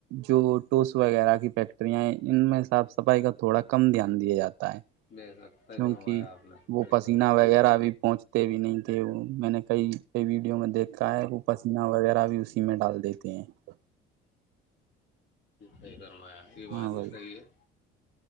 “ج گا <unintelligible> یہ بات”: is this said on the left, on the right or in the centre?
Left